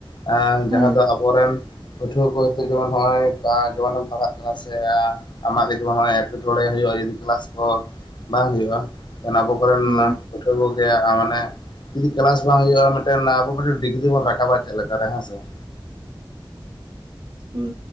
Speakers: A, on the left; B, on the right.
A: ᱮ ᱡᱟᱦᱟᱸ
B: ᱦᱩᱸ
A: ᱫᱚ ᱟᱵᱚ ᱨᱮᱱ ᱯᱟᱹᱴᱷᱩᱣᱟᱹ ᱠᱚ ᱦᱚᱭᱛᱚ ᱡᱮᱢᱚᱱ ᱦᱚᱜᱼᱚᱭ ᱠᱟ ᱡᱮᱢᱚᱱᱮᱢ ᱯᱟᱲᱦᱟᱜ ᱠᱟᱱᱟ ᱥᱮ ᱟᱼᱼ ᱟᱢᱟᱜ ᱜᱮ ᱡᱮᱢᱚᱱ ᱦᱚᱜᱼᱚᱭ ᱮᱸᱴᱠᱮᱴᱚᱬᱮ ᱦᱳᱭᱳᱜᱼᱟ, ᱡᱩᱫᱤ ᱠᱮᱞᱟᱥ ᱠᱚ ᱦᱚ ᱵᱟᱝ ᱦᱳᱭᱳᱜᱼᱟ ᱛᱟᱦᱚᱱᱮ ᱟᱵᱚ ᱠᱚᱨᱮᱱ
B: ᱦᱩᱸ
A: ᱯᱟᱹᱴᱷᱩᱣᱟᱹ ᱠᱚᱜᱮ ᱟ ᱢᱟᱱᱮ ᱡᱩᱫᱤ ᱠᱞᱟᱥ ᱵᱟᱝ ᱦᱳᱭᱳᱜᱼᱟ ᱢᱮᱫᱴᱮᱱ ᱟᱵᱚ ᱢᱮᱫᱴᱮᱱ ᱰᱤᱜᱽᱨᱤ ᱵᱚᱱ ᱨᱟᱠᱟᱵᱼᱟ ᱪᱮᱫ ᱞᱮᱠᱟ ᱨᱮ ᱦᱮᱸ ᱥᱮ ᱾
B: ᱩᱸ,